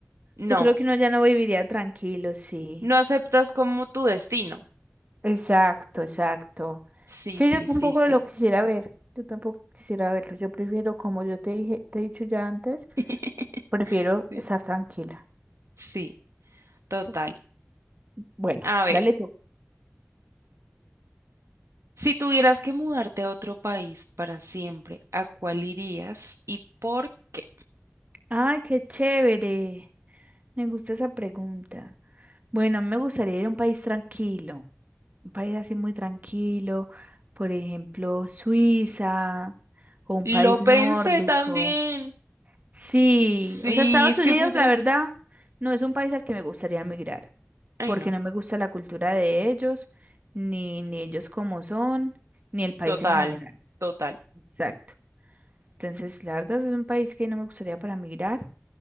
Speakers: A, on the right; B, on the right.
A: No.
B: Yo creo que uno ya no viviría tranquilo, sí.
A: No aceptas como tu destino.
B: Exacto, exacto.
A: Sí,
B: Sí,
A: sí,
B: yo tampoco
A: sí, sí.
B: lo quisiera ver. Yo tampoco quisiera verlo. Yo prefiero, como yo te dije, te he dicho ya antes,
A: <laughs>
B: prefiero
A: Sí,
B: estar tranquila.
A: sí, total.
B: Sí. Bueno,
A: A ver,
B: dale tú.
A: si tuvieras que mudarte a otro país para siempre, ¿a cuál irías y por qué?
B: Ay, qué chévere. Me gusta esa pregunta. Bueno, a mí me gustaría ir a un país tranquilo, un país así muy tranquilo, por ejemplo, Suiza o un
A: Lo
B: país
A: pensé
B: nórdico.
A: también.
B: Sí,
A: Sí,
B: o sea, Estados
A: es
B: Unidos,
A: que es muy tranquilo.
B: la verdad, no es un país al que me gustaría emigrar,
A: Ay,
B: porque
A: no.
B: no me gusta la cultura de ellos, ni, ni ellos como son, ni el país
A: Total,
B: en general.
A: total.
B: Exacto. Entonces, la verdad es un país que no me gustaría para migrar,